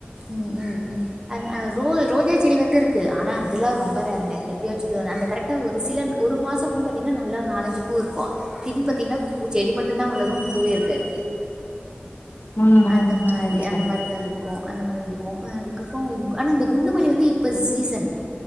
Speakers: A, on the right; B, on the left.
A: ம் ம் ம் அந் அ ரோ ரோஜா செடி வந்துருக் கு ஆனா அதுல்லா ரொம்ப ரேருங்க எப்பயாசும் அந்த கரெக்டா ஒரு சில ஒரு மாசொ வந்து பாத்தீங்னா நல்ல நாலஞ்சு பூ இருக்கு திடீர்னு பாத்தீங்னா பூ செடி மட்டுந்தா வளரு பூவே இருக்காது.
B: ம்
A: அந்த
B: ம்
A: மாரி
B: சரி
A: அந்த
B: சரி
A: மாரி தா இருக்கு அந்த மாரிது இருக்கு அ அதுக்கப்றொ இது ஆனா இந்த குண்டுமல்லி வந்து இப்ப சீசன்